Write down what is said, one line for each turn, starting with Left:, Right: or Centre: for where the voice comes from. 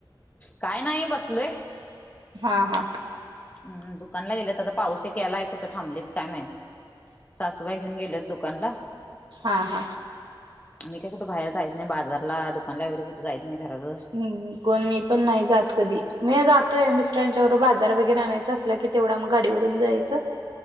Left: काय नाही बसलोय
Right: हा हा
Left: म दुकानला गेलेत आता पाऊस याला ऐकुट थांबलीत काय माहत सासूबाई घेऊन गेलेत दुकानला
Right: हां हां
Left: आम् काही कुठ बाहेर जाच नाही बाजला दुकान वगरे कु जायत नाही घराचं
Right: हम्म कोणी पण नाही जात कधी मी जातोय मी च्या बाजार वगैरे आणायच असला की तेवढं मग गाडीवरून जायचं